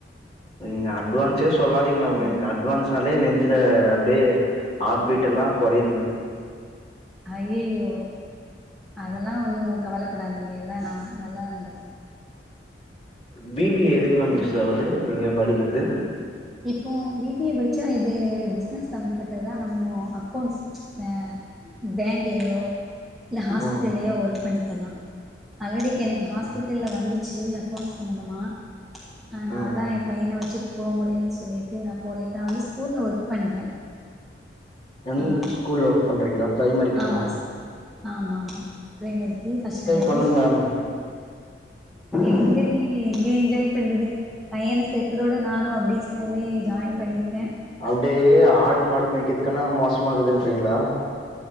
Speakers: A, on the left; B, in the centre.
A: நீங்க அட்வான்ஸ்சே சொல்லாதீங்க மேம்
B: ம்
A: எனக்கு அட்வான்ஸ்ன் ன்னாளே நெஞ்சுல அப்டியே ஹாட்பீட் எல்லா கொறையுது மேம்
B: ஐயய்யோ அதெல்லா ஒன்னு கவலப்படாதீங்க எல்லா நா நல்லா நடக்கு
A: பி பி ஏ எதுக்கு மேம்
B: ம்
A: யூஸ் ஆவுது நீங்க படிக்கிறது
B: இப்போ பி பி ஏ படிச்சா இது பிசினஸ் சம்பந்தப்பட்டதுதா நம்மோ அக்கௌண்ட்ஸ் அ பேங்க்லயோ இல்ல ஹாஸ்பிட்டல்லியோ
A: ம்
B: ஒர்க் பண்ணிக்கலா ஆல்ரெடி இப்ப எனக்கு ஹாஸ்பிட்டல்ல
A: ம்
B: வந்துச்சு அக்கௌண்ட்ஸ் சம்பந்தமா அ நாதா
A: ம் ம்
B: ஏ பைய்யன வெச்சுட்டு போ முடிலன்னு சொல்லிட்டு நா போல இப்ப நா வந்து ஸ்கூல்ல ஒர்க் பண்றே
A: <unintelligible>
B: ஆ
A: ஸ்கூல்ல ஒர்க் பண்றீங்களா பிரைமெரிக்கா
B: ஆமா ஸ் ஆமா ஆமா பிரைமேரிக்கு ஃபர்ஷ் ஸ்டாண்டர்ட்டு
A: பண்ணுங்க மேம்
B: எங்க நீங்க எங்க என்ஜாய் பண்றது பையன சேத்ததோட நானு அப்டியே ஸ்கூல்லே ஜாயின் பண்ணிட்டே
A: அப்டியே ஆடு மாடு மேய்க்கதுக்கானா மோசமாக்குதுன்றீங்களா